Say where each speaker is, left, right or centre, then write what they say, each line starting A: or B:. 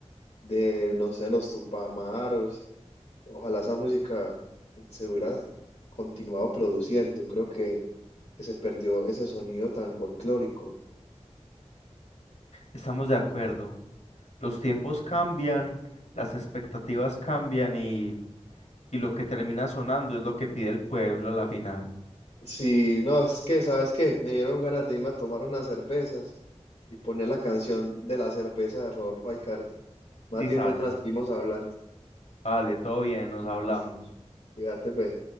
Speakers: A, on the left; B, on the left.
A: de, no sé, los Tupamaros, ojalá esa música se hubiera continuado produciendo. Creo que, que se perdió ese sonido tan folclórico.
B: estamos de acuerdo. los tiempos cambian, las expectativas cambian y, y lo que termina sonando es lo que pide el pueblo a la final.
A: Sí, no, es que, ¿sabes qué? Me dieron ganas de irme a tomar unas cervezas y poner la canción de la cerveza de Rodolfo Aicardi. Más
B: Quizás,
A: bien mañana seguimos hablando.
B: vale, todo bien, nos hablamos.
A: Listo, cuídate, pues.